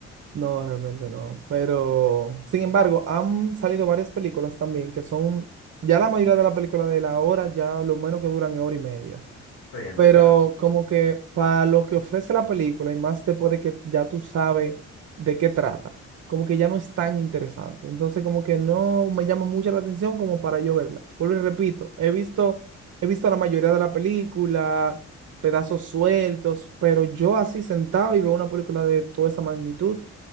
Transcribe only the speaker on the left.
Sí, en
verdad.